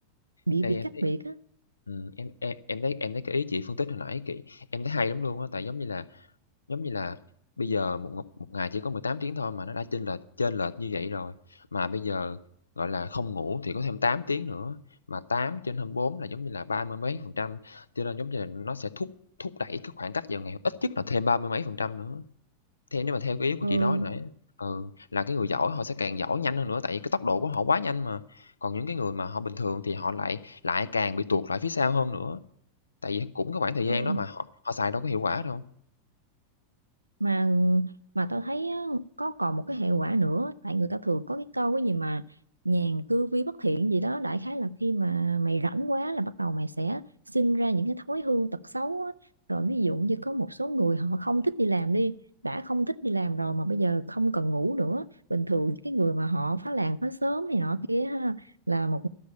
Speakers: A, on the right; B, on the left.
A: bị
B: ê,
A: bị
B: em
A: cách
B: thấy
A: biệt á
B: ừm, em em em thấy em thấy cái ý chị phân tích hồi nãy, kỹ em thấy hay lắm luôn á, tại giống như là giống như là bây giờ một một một ngày chỉ có 18 tiếng thôi mà nó đã chênh lệch chênh lệch như vậy rồi, mà bây giờ, gọi là, không ngủ thì có thêm 8 tiếng nữa, mà 8 trên 24 là giống như là ba mươi mấy phần trăm, cho nên giống như là nó sẽ thúc thúc đẩy cái khoảng cách vào ngày ít nhất là thêm ba mươi mấy phần trăm nữa. Theo nếu mà theo cái ý của
A: ừ,
B: chị nói nãy ừ, là cái người giỏi họ sẽ càng giỏi nhanh hơn nữa, tại vì cái tốc độ của họ quá nhanh mà. Còn những cái người mà họ bình thường thì họ lại lại càng bị tuột lại phía sau hơn nữa, tại vì cũng cái khoảng thời gian
A: ừ
B: đó mà họ họ xài đâu có hiệu quả đâu.
A: mà mà tao thấy á, có còn một cái hệ quả nữa tại người ta thường có cái câu cái gì mà nhàn cư vi bất thiện gì đó đại khái là khi mà mày rảnh quá là bắt đầu mày sẽ sinh ra những cái thói hư tật xấu á. rồi ví dụ như có một số người họ không thích đi làm đi đã không thích đi làm rồi mà bây giờ không cần ngủ nữa bình thường những cái người mà họ phá làng phá xóm này nọ kia ha, là một